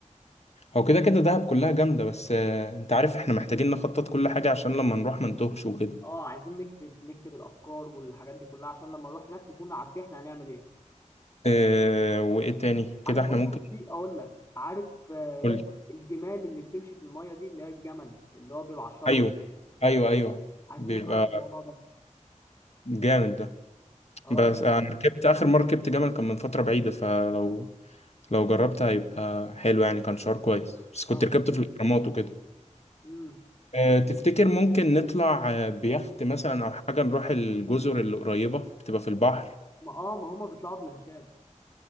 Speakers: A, on the left (about 55°); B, on the left (about 25°).
A: هو كده كده دهب كلها جامدة بس آه، انت عارف احنا محتاجين نخطط كل حاجة عشان لما نروح ما نتوهش وكده
B: اه عايزين نكتب نكتب الافكار والحاجات دي كلها عشان لما نروح هناك نكون عارفين احنا هنعمل ايه
A: اه وايه تاني كده
B: عارف
A: احنا
B: برضو
A: ممكن
B: في اقول لك عارف آه،
A: نقول
B: الجمال اللي بتمشي في الميه دي اللي هي الجمل اللي هو بيبقى على الشط
A: ايوه ايوه ايوه
B: عايزين
A: بيبقى
B: نجرب الموضوع ده
A: جامد ده
B: اه
A: بس
B: جامد
A: انا ركبت اخر مرة ركبت جمل كان من فترة بعيدة فلو لو جربت هيبقى حلو يعني كان شعور كويس بس كنت
B: اه
A: ركبت في الاهرامات وكده
B: امم
A: آه، تفتكر ممكن نطلع آه، بيخت مثلا او حاجة نروح الجزر اللي قريبة بتبقى في البحر
B: ما اه ما هما بيطلعوا بلانشات